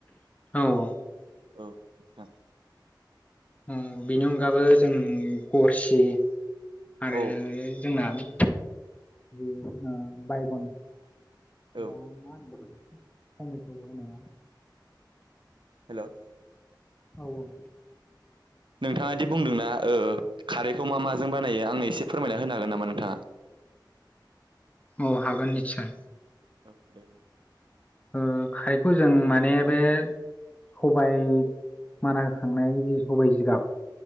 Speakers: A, on the left; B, on the right.
A: औ औ
B: औ थां।
A: ओं बेनि अनगाबो जों गरसि आरो
B: औ
A: जोंना बे ओ बायगन
B: औ
A: दाना खमायखौबो होनाय नामा
B: हेलौ,
A: औ औ
B: नोंथाङादि बुंदोंना ओ खारैखौ मा माजों बानायो आंनो एसे फोरमायना होनो हागोन नामा नोंथाङा? <inaudible>
A: औ हागोन निस्सय
B: अ दे
A: ओ खारैखौ जों माने बे सबाय माना होखांनाय जि सबाय जिगाब